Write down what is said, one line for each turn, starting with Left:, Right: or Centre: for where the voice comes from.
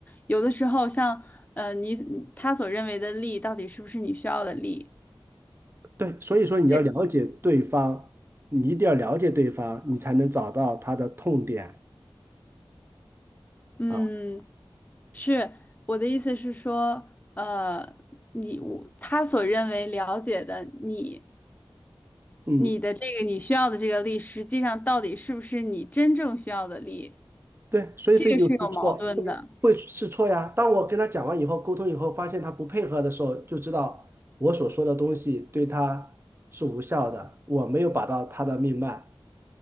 Left: 有的时候像，呃，你他所认为的利，到底是不是你需要的利？
Right: 对，所以说你要了解对方，
Left: 是
Right: 你一定要了解对方，你才能找到他的痛点
Left: 嗯，
Right: 啊。
Left: 是我的意思是说，呃，你我他所认为了解的你，
Right: 嗯，
Left: 你的这个你需要的这个利，实际上到底是不是你真正需要的利？
Right: 对，所以这就试错，
Left: 这个是有矛盾的。
Right: 会会试错呀。当我跟他讲完以后，沟通以后，发现他不配合的时候，就知道我所说的东西对他是无效的，我没有把到他的命脉，